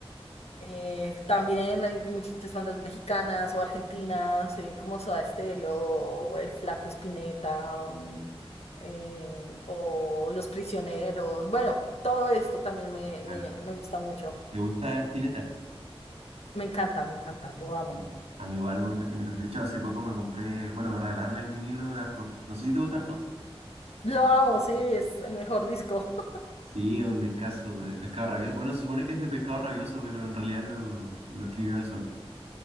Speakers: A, on the left (about 80°); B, on the right (about 85°).
A: Eh, también hay muchas bandas mexicanas o argentinas, eh, como Soda Stereo, El Flaco Spinetta, mm, eh, o Los Prisioneros. Bueno, todo esto también me, me,
B: Ah,
A: me gusta mucho.
B: ¿Te gusta Spinetta?
A: Me encanta, me encanta, lo amo.
B: Sí. A mí igual me gusta Spinetta. De hecho, hace poco me compré, bueno, me regalaron el vinilo de Artaud. No sé si te gusta
A: Lo amo, sí, es el mejor disco. <laughs>
B: Sí, es un discazo de Pescado Rabioso. Bueno, se supone que es de Pescado Rabioso, pero en realidad lo, lo escribió él solo.